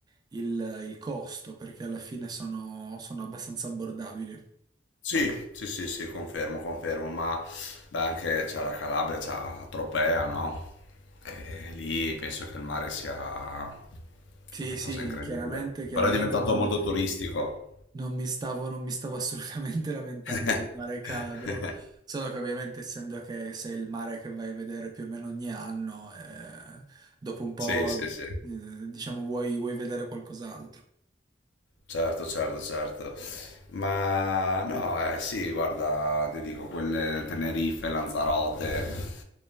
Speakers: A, on the right (about 20°); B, on the left (about 80°).
A: il, il costo, perché alla fine sono, sono abbastanza abbordabili.
B: Sì, sì, sì, sì, confermo, confermo, ma beh, anche c'è la Calabria, c'è la Tropea, no? E lì penso che il mare sia
A: Sì,
B: una
A: sì,
B: cosa incredibile,
A: chiaramente, chiaramente
B: però è diventato
A: non,
B: molto turistico.
A: non mi stavo, non mi stavo assolutamente <laughs> lamentando
B: <laughs>
A: del mare Calabro, solo che ovviamente essendo che sei il mare che vai a vedere più o meno ogni anno, eh, dopo un po',
B: Sì, sì, sì,
A: eh, diciamo, vuoi, vuoi vedere qualcos'altro.
B: certo, certo, certo. Ma no, eh, sì, guarda, ti dico, quelle Tenerife, Lanzarote,